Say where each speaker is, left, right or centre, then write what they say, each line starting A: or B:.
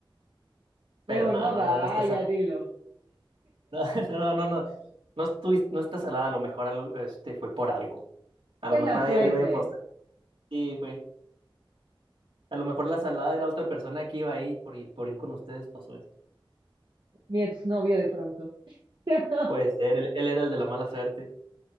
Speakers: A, on the right; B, on the right.
A: mejor
B: Pero no,
A: no
B: no,
A: vaya,
B: no, no está salada.
A: dilo.
B: <laughs> No, no, no, no. No, estuviste- no está salada, a lo mejor algo, este, fue por algo. A
A: Pues
B: lo mejor
A: la
B: ahí
A: suerte,
B: arriba yo pasé. Sí, fue. A lo mejor la salada era otra persona que iba ahí por, y por ir con ustedes pasó eso.
A: mi exnovio de pronto. <laughs>
B: Puede ser, él, él era el de la mala suerte.